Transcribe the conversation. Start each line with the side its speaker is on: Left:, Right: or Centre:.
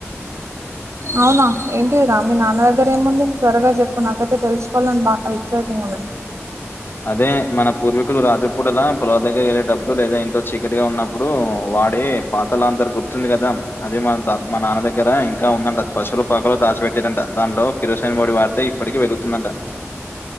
Right: అవునా ఏంటి రా మీ నాన్న దగ్గర ఏముంది త్వరగా చెప్పు నాకైతే తెలుసుకోవాలని బాగ ఎక్సైటింగ్ ఉన్న
Left: అదే మన పూర్వీకులు రాత్రి పూటలా పొలాల దగ్గర వెళ్ళేటప్పుడు లేదా ఇంట్లో చీకటిగా ఉన్నప్పుడూ వాడే పాత లాంతరు గుర్తుంది కదా అది మాత మా నాన్న దగ్గర ఇంకా ఉంద పశువులు పాకలో దాచిపెట్ డేనట దాంట్లో కిరోసిన్ ఒడి వాడ్తే ఇప్పటికి వెలుగుతుందంట